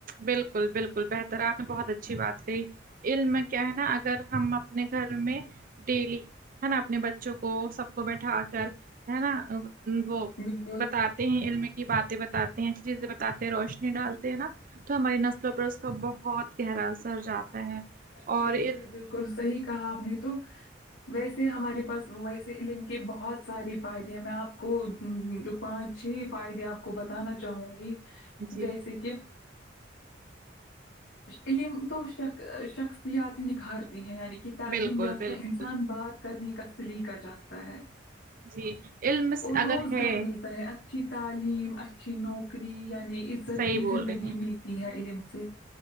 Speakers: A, on the right; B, on the left.
A: بالکل بالکل بہتر آپ نے بہت اچھی بات کہی علم میں کیا ہے نا اگر ہم اپنے گھر میں ڈیلی ہے نا اپنے بچوں کو سب کو بیٹھا کر ہے نا وہ
B: بالکل
A: بتاتے ہیں علم کی باتیں بتاتے ہیں اچھی چیزیں بتاتے ہیں روشنی ڈالتے ہیں نا تو ہماری نسلوں پر اس کا بہت گہرا اثر جاتا ہے
B: جی
A: اور علم
B: جی بالکل صحیح کہا آپ نے تو ویسے ہمارے پاس ویسے علم کے بہت سارے فائدے ہیں میں آپ کو پانچ چھ فائدے آپ کو بتانا چاہوں گی
A: جی
B: جیسے کہ علم تو ش شخصیات نکھارتی ہیں یعنی کہ تعلیم
A: بالکل
B: یافتہ
A: بالکل
B: انسان بات کرنے کا سلیقہ جانتا ہے
A: جی علم سے-
B: اور
A: اگر
B: روزگار
A: ہے
B: ملتا ہے اچھا اچھی تعلیم اچھی نوکری یعنی عزت
A: صحیح
B: کی
A: بول
B: زندگی
A: رہی ہیں
B: ملتی ہے علم سے